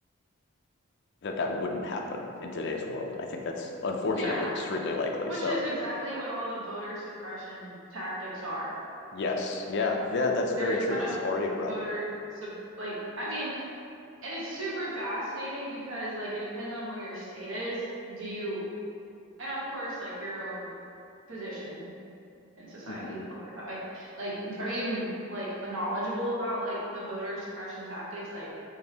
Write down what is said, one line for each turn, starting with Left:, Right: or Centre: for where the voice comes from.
Left: that that wouldn't happen in today's world. I think that's unfortunately
Right: Yeah.
Left: extremely likely.
Right: Which
Left: So
Right: is exactly what all the voter suppression tactics are.
Left: yes, yeah, yeah, that's very
Right: There's a
Left: true.
Right: ton
Left: It's
Right: of
Left: already a problem.
Right: voter sub like I mean, and it's super fascinating because like it depends on where your state is. Do you and of course like your own position in society.
Left: hmm
Right: I'll put it that way. Like, are you even like knowledgeable about like the voter suppression tactics? Like